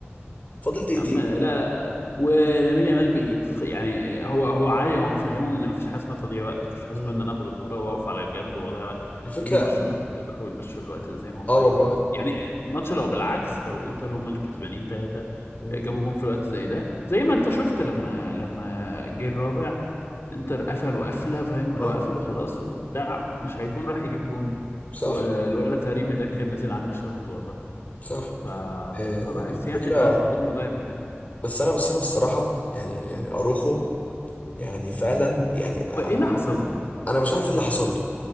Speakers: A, on the left; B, on the left.
A: فاضل دقيقتين
B: يا عم لا لا ولامين يامال بيتخ... يعني هو هو عادي هو مفهمه ان مفيش حاجه اسمها تضييع وقت مفيش حاجه
A: مم.
B: اسمها ان انا اخد الكرة واقف على الجنب واضيع وقت يا
A: الفكرة
B: ابني برشلونه كانوا يقدروا يمشوا الوقت ده زي ما هم
A: اه
B: عايزين
A: والله
B: يعني الماتش لو بالعكس لو الانتر هم اللي كسبانين ثلاثه
A: مم.
B: جابوا جون في الوقت زي ده زي ما انت شفت لما لما جه الرابع انتر قفلوا قفله فاهم اللي
A: اه
B: هو قفلوا خلاص وبتاع مش هيكون راح يجيب جون
A: صح
B: والولد هريمي ده كان نازل عامل شغل والله
A: صح
B: ف...
A: آه
B: فبحس
A: الفكرة
B: يعني ان هو المفروض الموضوع يبقى كده
A: بس انا بس انا الصراحة يعني يعني اروخو يعني فعلا يعني انا
B: وايه اللي حصل له
A: انا مش عارف اللي حصل له